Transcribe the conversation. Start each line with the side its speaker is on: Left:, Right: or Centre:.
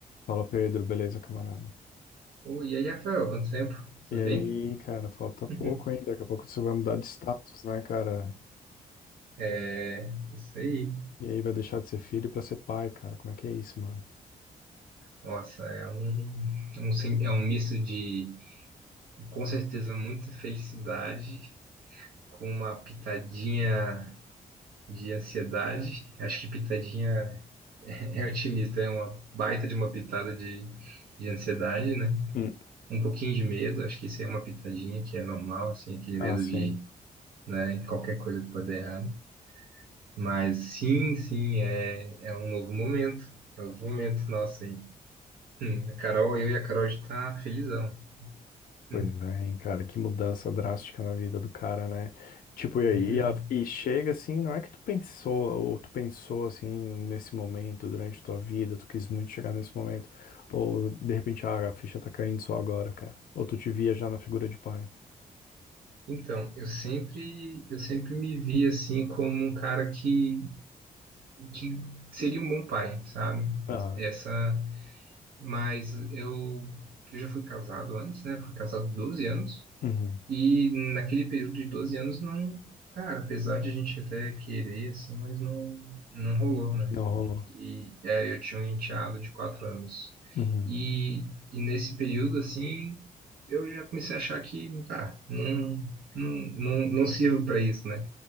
Left: Fala, Pedro, beleza, camarada?
Right: Pô, e aí, Rafael, quanto tempo? Tudo
Left: E aí,
Right: bem?
Left: cara, falta pouco
Right: <laughs>
Left: ainda. Daqui a pouco você vai mudar de status, né, cara?
Right: É, isso aí.
Left: E aí vai deixar de ser filho pra ser pai, cara. Como é que é isso, mano?
Right: Nossa, é um, um sen- é um misto de, com certeza, muita felicidade com uma pitadinha de ansiedade. Acho que pitadinha <laughs> é, é otimista, é uma baita de uma pitada de, de ansiedade, né?
Left: Hum.
Right: Um pouquinho de medo, acho que isso aí é uma pitadinha que é normal, assim, aquele
Left: Ah,
Right: medo
Left: sim.
Right: de, né, qualquer coisa que pode dar errado. Mas sim, sim, é, é um novo momento. é um Novo momento nosso aí. Hum, a Carol, eu e a Carol já tá felizão.
Left: Pois
Right: Hum,
Left: é, hein, cara, que mudança drástica na vida do cara, né? Tipo, e
Right: uhum.
Left: aí, e, a- e chega assim, não é que tu pensou, ou tu pensou assim, nesse momento, durante tua vida, tu quis muito chegar nesse momento, ou de repente, ah, a ficha tá caindo só agora, cara. Ou tu te via já na figura de pai.
Right: Então, eu sempre, eu sempre me vi assim como um cara que, que seria um bom pai, sabe?
Left: Ah,
Right: Essa, mas eu, eu já fui casado antes, né? Fui casado 12 anos.
Left: Uhum.
Right: E naquele período de 12 anos não, cara, apesar de a gente até querer assim, mas não não rolou, né?
Left: Não rolou.
Right: E é, eu tinha um enteado de quatro anos.
Left: Uhum.
Right: E, e nesse período, assim, eu já comecei a achar que, tá, não, não, não, não sirvo para isso, né?